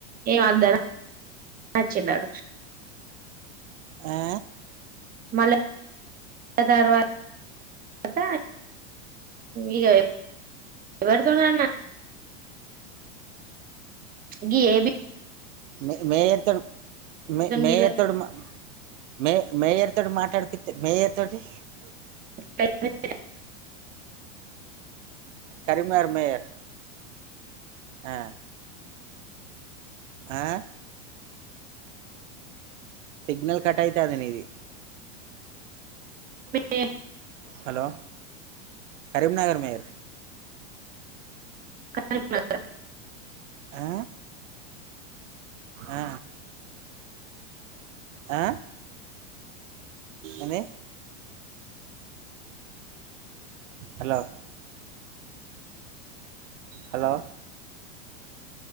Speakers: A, on the right (about 25°); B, on the right (about 85°).
A: ఏం వద్దని వచ్చిండు ఆడు
B: ఆ
A: మళ్ళా తర్వాతవాత ఇక ఎవరితోనన్న అ ఏబ
B: మ మేయర్ తోడు
A: వోళ్ళతోని
B: మే మేయర్ తోడు మే మేయర్ తోటి మాట్లాడిపిస్తే మేయర్ తోటి
A: గీళ్ళతోని
B: కరీమర్ మేయర్ ఆ ఆ సిగ్నల్ కట్ అయితాంది నీది
A: ఏవ
B: హలో కరీంనగర్ మేర్
A: క మాత్ర
B: ఆ ఆ ఆ ఏంది hello hello